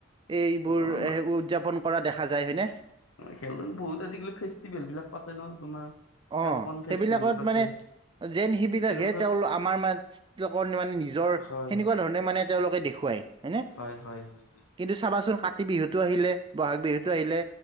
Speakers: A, on the right; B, on the left.
A: এইবোৰ
B: অ
A: উদযাপন কৰা দেখা যায় হয়নে?
B: খেলোন বহুত আজিকালি ফেষ্টিভেল বিলাক পাতে ন তোমাৰ।
A: অ
B: খেলখন
A: সেইবিলাকত
B: ফেষ্টিভেল পাতে
A: মানে! যেন সেই বিলাক
B: তেনেকুৱা
A: সে তেওঁলোক আমাৰ মানুহবিলাকৰ মানে নিজৰ
B: হয়
A: সেনেকুৱা ধৰণে মানে! তেওঁলোকে দেখুৱাই হয়নে
B: হয় হয় হয় হয়
A: কিন্তু চাবাচোন কাতি বিহুতটো আহিলে বহাগ বিহুতটো আহিলে